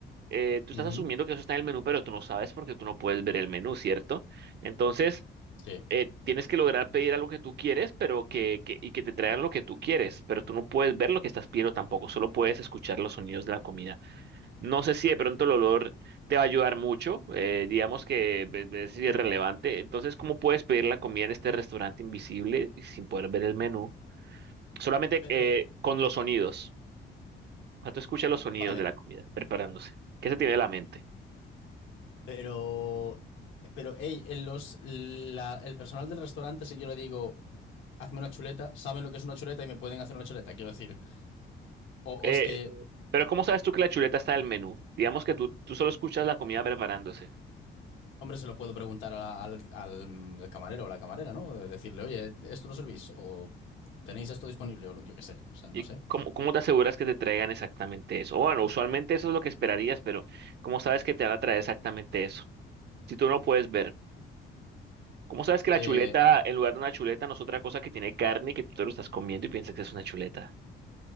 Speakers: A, on the right; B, on the left.
A: eh, tú
B: Ujú,
A: estás asumiendo que eso está en el menú, pero tú no sabes porque tú no puedes ver el menú, ¿cierto? Entonces,
B: Sí.
A: eh, tienes que lograr pedir algo que tú quieres, pero que, que, y que te traigan lo que tú quieres, pero tú no puedes ver lo que estás pidiendo tampoco, solo puedes escuchar los sonidos de la comida. No sé si de pronto el olor te va a ayudar mucho, eh, digamos que ve- ve si es irrelevante. Entonces, ¿cómo puedes pedir la comida en este restaurante invisible y sin poder ver el menú? Solamente
B: Pero,
A: eh, con los sonidos. O sea, tú escuchas los sonidos
B: vale,
A: de la comida preparándose. ¿Qué se tiene en la mente?
B: pero, pero, hey, en los, la- el personal del restaurante, si yo le digo, hazme una chuleta, saben lo que es una chuleta y me pueden hacer una chuleta, quiero decir. O,
A: Eh,
B: o es que,
A: Sí. pero ¿cómo sabes tú que la chuleta está en el menú? Digamos que tú, tú solo escuchas la comida preparándose.
B: hombre, se lo puedo preguntar a- al, al, al camarero o la camarera, ¿no? Eh, Decirle, oye, ¿esto lo servís? O tenéis esto disponible o lo- yo qué sé, o sea, no
A: ¿Y
B: sé.
A: cómo, cómo te aseguras que te traigan exactamente eso? Bueno, usualmente eso es lo que esperarías, pero ¿cómo sabes que te van a traer exactamente eso? Si tú no puedes ver. ¿Cómo sabes que la
B: Eh,
A: chuleta, en lugar de una chuleta, no es otra cosa que tiene carne y que tú te lo estás comiendo y piensas que es una chuleta?